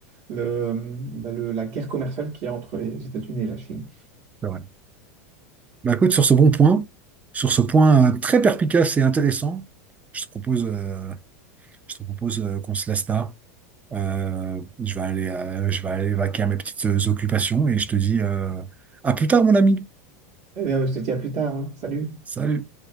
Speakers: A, on the right (about 55°); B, on the right (about 15°).
A: le, le- bah, le- la guerre commerciale qu'il y a entre les États-Unis et la Chine.
B: c'est vrai. Bah, écoute, sur ce bon point, sur ce point euh, très perspicace et intéressant, je te propose, euh, je te propose euh, qu'on se laisse là. Euh, je vais aller, euh, je vais aller vaquer à mes petites occupations et je te dis euh, à plus tard, mon ami.
A: Eh bien, je te dis à plus tard, hein. Salut.
B: Salut.